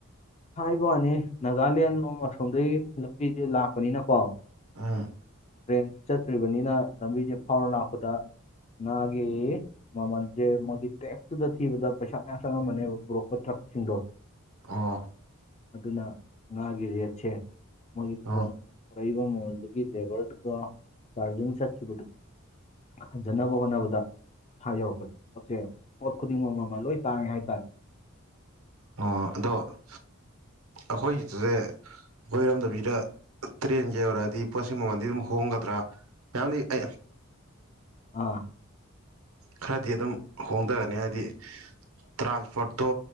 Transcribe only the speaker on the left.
<inaudible> ꯍꯥꯏꯕ ꯋꯥꯅꯤ ꯅꯥꯒꯥꯂꯦꯟ ꯂꯣꯝ ꯑꯁꯣꯝꯗꯒꯤ ꯂꯝꯕꯤꯁꯦ ꯂꯥꯛꯄꯅꯤꯅꯀꯣ
ꯇ꯭ꯔꯦꯟ ꯆꯠꯇ꯭ꯔꯤꯕꯅꯤꯅ ꯂꯝꯕꯤꯁꯦ ꯐꯥꯎꯔ ꯂꯥꯛꯄꯗ ꯉꯥꯒꯤ ꯃꯃꯜꯁꯦ ꯃꯣꯏꯒꯤ ꯇꯦꯛꯁꯇꯨꯗ ꯊꯤꯕꯗ ꯄꯩꯁꯥ ꯃꯌꯥꯝ ꯆꯪꯉꯝꯃꯅꯦꯕ ꯄꯨꯔꯛꯄ ꯊ ꯁꯤꯡꯗꯣ
ꯑꯗꯨꯅ ꯉꯥꯒꯤꯔꯦꯠꯁꯦ ꯃꯣꯏꯒꯤ
ꯐꯣꯟ ꯄꯨꯔꯛꯏꯕ ꯃꯃꯜꯗꯨꯒꯤ ꯂꯦꯕꯔꯗꯨꯗ ꯆꯥꯔꯖꯤꯡ ꯆꯠꯈꯤꯕꯗꯨ ꯍꯟꯖꯤꯟꯅꯕ ꯍꯣꯠꯅꯕꯗ ꯁꯥꯏꯌꯧꯔꯛꯄꯗ ꯄꯣꯠꯁꯦ ꯄꯣꯠ ꯈꯨꯗꯤꯡꯃꯛ ꯑꯃ ꯂꯣꯏ ꯇꯥꯡꯉꯦ ꯍꯥꯏꯇꯥꯔꯦ
ꯑꯥ